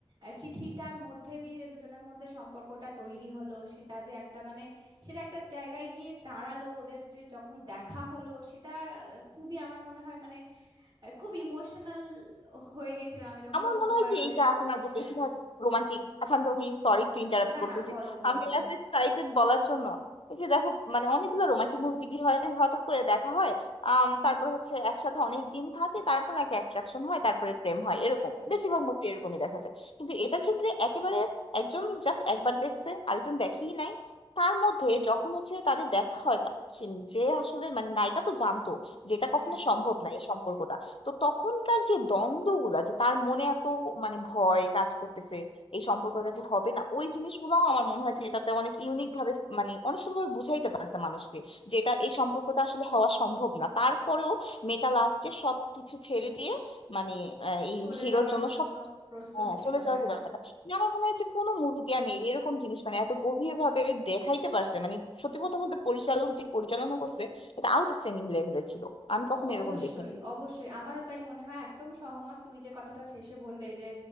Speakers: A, on the right (about 45°); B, on the left (about 65°).
A: আহ, চিঠিটার মধ্যে দিয়ে যে দুজনের মধ্যে সম্পর্কটা তৈরি হলো সেটা যে একটা মানে সেটা একটা জায়গায় গিয়ে দাঁড়ালো ওদের যে যখন দেখা হলো সেটা আহ, খুবই আমার মনে হয় মানে আহ, খুব ইমোশনাল হয়ে গেছিলাম আমি যখন
B: আমার
A: প্রথমবার
B: মনে হয় কি
A: ওদের
B: এই যে আছে না যে
A: হ্যাঁ
B: বেশিরভাগ রোমান্টিক আচ্ছা আমি তোমাকে সরি একটু ইন্টারাপ্ট
A: না
B: করতেছি
A: না বলো বলো
B: আমি
A: হ্যাঁ
B: এত এক্সাইটেড বলার জন্য এই যে দেখো মানে অনেকগুলো রোমান্টিক মুভিতে কি হয় হঠাৎ করে দেখা হয় আম, তারপর হচ্ছে একসাথে অনেক দিন থাকে তারপর একটা অ্যাট্রাকশন হয় তারপরে প্রেম হয় এরকম
A: একদম
B: বেশিরভাগ মুভি এরকমই দেখা যায় কিন্তু এটার ক্ষেত্রে একেবারে একজন জাস্ট একবার দেখছে আরেকজন দেখেই নাই তার মধ্যে যখন হচ্ছে তাদের দেখা হয় তা- সে- যে আসলে মানে নায়িকা তো জানতো যেটা
A: হ্যাঁ
B: কখনো সম্ভব না এই সম্পর্কটা তো তখনকার যে দ্বন্দ্বগুলা যে তার মনে এত মানে ভয় কাজ করতেছে এই সম্পর্কটা যে হবে না ওই জিনিসগুলো আমার মনে হয় যে এটাতে অনেক ইউনিক ভাবে মানে অনেক সুন্দরভাবে বুঝাইতে পারছে মানুষকে যে এটা এই সম্পর্কটা আসলে হওয়া সম্ভব না তারপরেও মেয়েটা লাস্টে সবকিছু ছেড়ে দিয়ে মানে আহ, এই
A: চলে
B: হিরোর
A: যাওয়ার
B: জন্য
A: জন্য
B: সব
A: প্রস্তুত
B: হ্যাঁ,
A: ছিল
B: চলে যাওয়ার
A: হ্যাঁ
B: যে ব্যাপারটা কিন্তু আমার মনে হয় যে কোনো মুভিতে আমি এরকম জিনিস মানে এত গভীর ভাবে দেখাইতে পারছে মানে সত্যি কথা বলতে পরিচালক যে পরিচালনা করছে এটা আউটস্ট্যান্ডিং লেভেলে ছিল আমি কখনো
A: অবশ্যই
B: এরকম দেখিনি
A: অবশ্যই আমারও তাই মনে হয় একদম সহমত তুমি যে কথাটা শেষে বললে যে